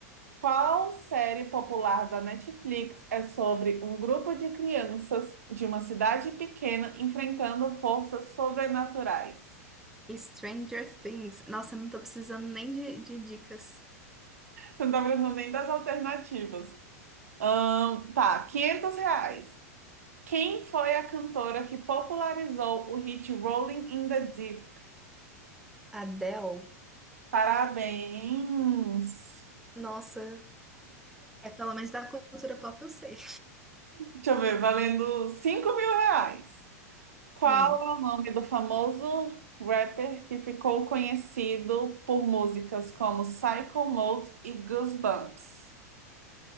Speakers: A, on the right; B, in the centre.
A: Qual série popular da Netflix é sobre um grupo de crianças de uma cidade pequena enfrentando forças sobrenaturais?
B: Stranger Things. Nossa, não tô precisando nem de, de dicas.
A: Você não tá lembrando nem das alternativas. Ahn, tá, 500 reais. Quem foi a cantora que popularizou o hit Rolling in the Deep?
B: Adele.
A: Parabéns!
B: Nossa, é pelo menos da cultura pop eu sei.
A: Deixa eu ver, valendo cinco mil reais. Qual
B: Hum.
A: é o nome do famoso rapper que ficou conhecido por músicas como Psycho Mode e Goosebumps?